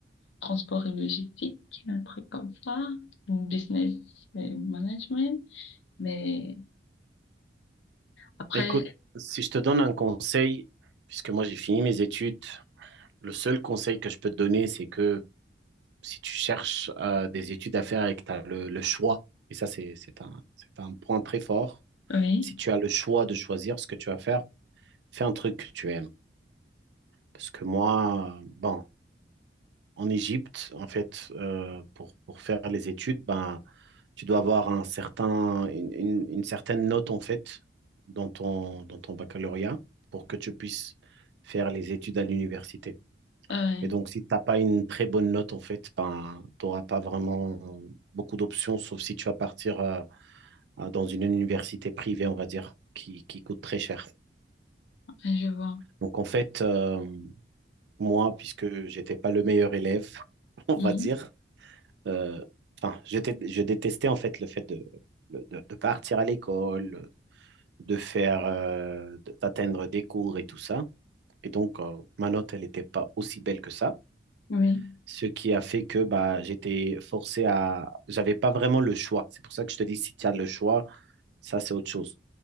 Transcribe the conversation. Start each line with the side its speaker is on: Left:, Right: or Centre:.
Left: transport et logistique, un truc comme ça, ou business et management. Mais après,
Right: Écoute, si je te donne un conseil, puisque moi j'ai fini mes études, le seul conseil que je peux te donner, c'est que si tu cherches euh, des études à faire et que tu as le, le choix, et ça c'est c'est un, c'est un point très fort,
Left: oui,
Right: si tu as le choix de choisir ce que tu vas faire, fais un truc que tu aimes. Parce que moi, euh, bon. en Égypte, en fait, euh, pour, pour faire les études, ben, tu dois avoir un certain, une, une- une certaine note, en fait, dans ton, dans ton baccalauréat pour que tu puisses faire les études à l'université.
Left: ah ouais,
Right: Et donc, si tu n'as pas une très bonne note, en fait, ben, tu n'auras pas vraiment beaucoup d'options, sauf si tu vas partir euh, dans une université privée, on va dire, qui, qui coûte très cher.
Left: ouais, je vois.
Right: Donc, en fait, euh, moi, puisque j'étais pas le meilleur élève, <laughs> on
Left: Mhm.
Right: va dire, Euh, enfin, je, dé- je détestais en fait le fait de de, de partir à l'école, de faire, euh, de- d'atteindre des cours et tout ça. Et donc, euh, ma note, elle n'était pas aussi belle que ça.
Left: Oui,
Right: Ce qui a fait que bah, j'étais forcé à... J'avais pas vraiment le choix. C'est pour ça que je te dis, si tu as le choix, ça, c'est autre chose.